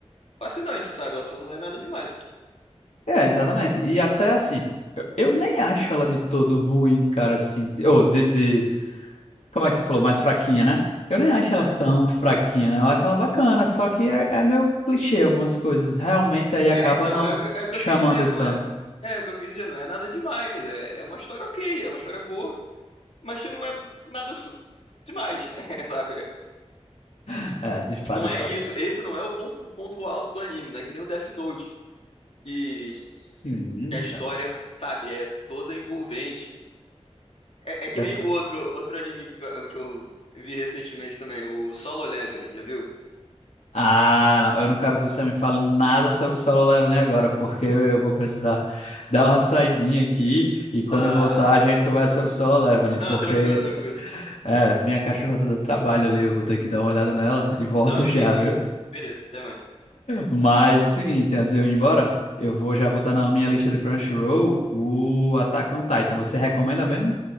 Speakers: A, on the left (about 60°); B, on the left (about 75°).
A: fascinante, sabe? Ela só não é nada demais.
B: É, exatamente. E até assim, eu, eu nem acho ela de todo ruim, cara, assim. Ou de, de- Como é que você falou? Mais fraquinha, né? Eu nem acho
A: É,
B: ela tão fraquinha, né? Eu acho ela bacana, só que é, é meio clichê algumas coisas. Realmente aí acaba
A: é então,
B: não
A: é o que, é o
B: chamando
A: que eu quis dizer,
B: tanto.
A: não é, é o que eu quis dizer, não é nada demais. É, é uma história ok, é uma história boa, mas que não é nada su- demais, <laughs> sabe?
B: <laughs> É, de fato,
A: Não
B: de
A: é
B: fato.
A: isso, esse não é o bom o ponto alto do anime, não é que nem o Death Note, e
B: Sim,
A: a história,
B: cara.
A: sabe, é toda envolvente. É, é que
B: É
A: nem
B: tu-
A: o outro, outro anime que, eu- que eu vi recentemente também, o Solo Leveling, já viu?
B: Ah, não, eu não quero que você me fale nada sobre o Solo Leveling agora, porque eu, eu vou precisar <laughs> dar uma saidinha aqui e quando
A: Ah,
B: eu voltar a gente conversa sobre o Solo Leveling,
A: não,
B: porque
A: tranquilo, tranquilo.
B: É, minha cachorra tá dando trabalho ali, eu vou ter que dar uma olhada nela e volto
A: Não,
B: <laughs> já,
A: sim, sim.
B: viu?
A: Beleza, até mais.
B: Mas é o seguinte, antes de eu ir embora, eu vou já botar na minha lista do Crunchyroll o Attack on Titan. Você recomenda mesmo?